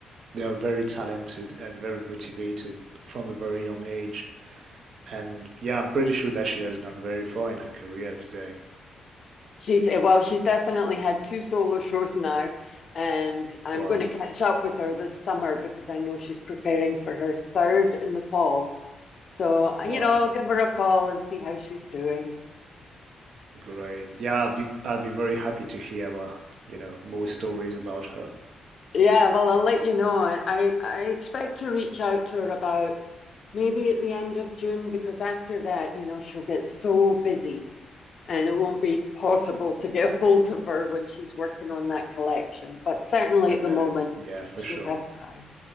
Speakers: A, on the right; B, on the left.
A: they are very talented and very motivated from a very young age. And yeah, I'm pretty sure that she has gone very far in her career today.
B: She's eh, well, she's definitely had two solo <laughs> shows now, and I'm
A: Wow.
B: going to catch up with her this summer because I know she's preparing for her third in the fall. So, uh,
A: Wow.
B: you know, I'll give her a call and see how she's doing.
A: Great. Yeah, I'd be I'd be very happy to hear about, you know, more stories about her.
B: Yeah, well, I'll let you know. I I expect to reach out to her about maybe at the end of June, because after that, you know, she'll get so busy and it won't be possible to get <laughs> hold of her when she's working on that collection. But certainly
A: I
B: at
A: bet.
B: the moment,
A: Yeah, for
B: she'll
A: sure.
B: have time.